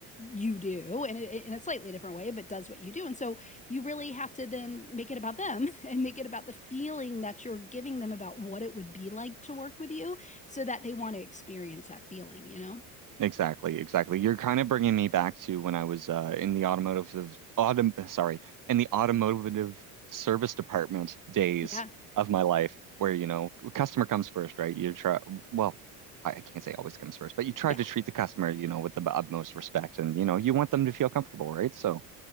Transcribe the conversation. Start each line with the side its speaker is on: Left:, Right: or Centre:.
Left: you do and it, in a slightly different way but does what you do and so you really have to then make it about them <laughs> and make it about the feeling that you're giving them about what it would be like to work with you so that they want to experience that feeling you know
Right: Exactly, exactly. You're kind of bringing me back to when I was uh, in the automotive, autom sorry, in the automotive service department days
Left: yeah
Right: of my life, where you know, customer comes first, right? You try, well, I I can't say always comes first, but you try
Left: yeah
Right: to treat the customer, you know, with the utmost respect, and you know, you want them to feel comfortable, right? So